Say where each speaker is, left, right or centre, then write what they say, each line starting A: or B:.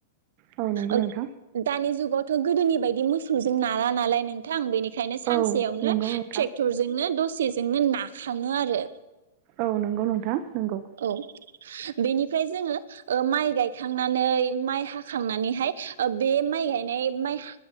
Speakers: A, on the right; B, on the right.
A: औ नंगौ
B: ओग
A: नोंथां
B: दानि जुगाव थ' गोदोनि बायदि मोसौजों नाला नालाय नों थां बेनिखायनो सानसेयावनो
A: औ नंगौ नोंथां
B: ट्रेक्टरजोंनो दसे जोंनो नाखांङो आरो।
A: औ नंगौ नोंथां। नंगौ
B: औ बेनिफ्राय जोंङो ओ माइ गायखांनानै माइ हाखांनानैहाय ओ बे माइ गायनाय माइ